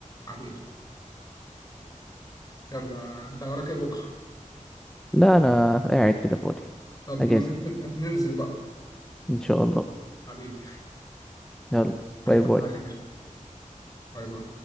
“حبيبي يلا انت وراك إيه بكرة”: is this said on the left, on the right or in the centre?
Left